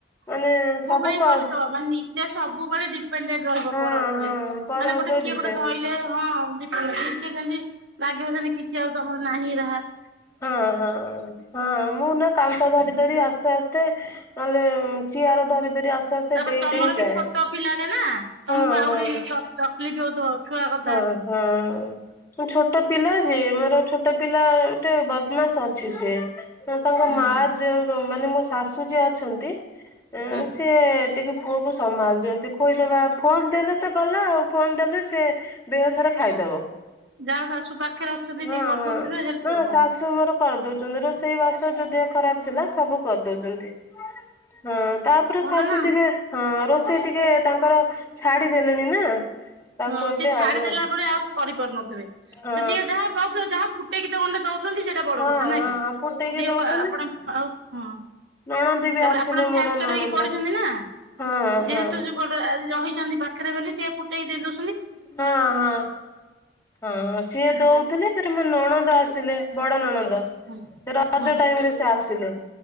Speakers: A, on the left; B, on the right.
A: ମାନେ ସବୁ
B: ପାଇଁ
A: କର୍
B: କଷ୍ଟ ମାନେ ନିଜେ ସବୁବେଳେ ଡିପେଣ୍ଡେଣ୍ଟ ରହିବ
A: ହଁ
B: ପର ଉପରେ।
A: ହଁ ପର
B: ମାନେ
A: ଉପରେ
B: ଗୋଟେ କିଏ
A: ଡିପେଣ୍ଡ
B: ଗୋଟେ ଧଇଲେ ହଁ, ଡିପ୍ ନିଜେ ଯେମିତି ଲାଗିବ, ଯେମିତି କିଛି ଆଉ ତମର ନାହିଁ। ରାହାତ!
A: ହଁ ହଁ ହଁ ମୁଁ ନା କାନ୍ଥ ଧରି ଧରି ଆସ୍ତେ ଆସ୍ତେ ନହେଲେ ଚିଆର ଧରି ଧରି ଆସ୍ତେ ଆସ୍ତେ
B: ତା'ପରେ
A: ଡେଇଁ
B: ତମର
A: ଡେଇଁ
B: ବି
A: ଯାଏ
B: ଛୋଟ ପିଲାଟେ ନା, ତମକୁ
A: ହଁ
B: ଆହୁରି
A: ହଁ
B: କଷ୍ ତକ୍ ଲିଫ୍ ହଉଥିବ। ଛୁଆ କଥା।
A: ହଁ ହଁ ଛୋଟ ପିଲା ଯେ ମୋର ଛୋଟ ପିଲା। ଗୋଟେ ବଦମାସ ଅଛି। ସିଏ ତାଙ୍କ
B: ହୁଁ
A: ମା
B: ହୁଁ
A: ଜେଉ ଯୁ ମାନେ ମୋ ଶାଶୁ ଯିଏ ଅଛନ୍ତି
B: ହୁଁ
A: ସିଏ ଟିକେ ପୁଅକୁ ସମ୍ଭାଳି ଯେମିତି ଖୋଇଦବା ଫୋନ ଦେଲେ ତ ଗଲା ଆଉ ଫୋନ ଦେଲେ ସେ ଦେହ ସାରା ଖାଇଦବ।
B: ଯାହା ଶାଶୁ ପାଖରେ ଅଛନ୍ତି
A: ହଁ
B: ଟିକେ କରିଦଉଥିବେ
A: ହଁ।
B: ହେଲପ୍।
A: ନା
B: ହଁ।
A: ଶାଶୁ ମୋର କରିଦଉଛନ୍ତି ରୋଷେଇ ବାସ ଯଦି ଯାହା ଖରାପ ଥିଲା ସବୁ କରିଦଉଛନ୍ତି। ହଁ ତାପରେ
B: ଭଲ
A: ଶାଶୁ
B: ନା।
A: ଟିକେ ହଁ ରୋଷେଇ ଟିକେ ତାଙ୍କର ଛାଡ଼ି ଦେଲେଣି ନା। ତାଙ୍କୁ
B: ହଁ
A: ଏବେ
B: ସେ ଛାଡ଼ି
A: ଆଗ
B: ଦେଲା ପରେ ଆଉ କରିପାରୁନଥିବେ।
A: ହଁ
B: ସେ ଟିକେ ଯାହା ପାଉଛ ଯାହା ଫୁଟେଇକି ଗଣ୍ଡେ ଦଉଛନ୍ତି ସେ ଏଟା ବଡ଼
A: ହଁ
B: କଥା ନା
A: ହଁ
B: କି।
A: ଫୁଟେଇକି
B: ଦିହ
A: ଦଉଛନ୍ତି।
B: ପା ଆପଣ ଆଉ ହଁ।
A: ନଣନ୍ଦୀ ବି
B: ତାପରେ
A: ଆସିଥିଲେ
B: ଆପଣ
A: ମୋର
B: ଫ୍ରାକ୍ଚର
A: ନଣନ୍ଦ
B: ହେଇକି ପଡ଼ିଛନ୍ତି ନା।
A: ହଁ
B: ଯେହେତୁ
A: ହଁ
B: ଯୁ <unintelligible> ରହିଛନ୍ତି ପାଖରେ ବୋଲି ଟିକଏ ଫୁଟେଇ ଦେଇଦଉ
A: ହଁ ହଁ। ହଁ ସିଏ ଦଉଥିଲେ ଫେର୍ ମୋ ନଣନ୍ଦ ଆସିଲେ ବଡ଼ ନଣନ୍ଦ।
B: ହୁଁ
A: ନ୍ଦ ରଜ
B: ହୁଁ
A: ଟାଇମରେ ସେ ଆସିଲେ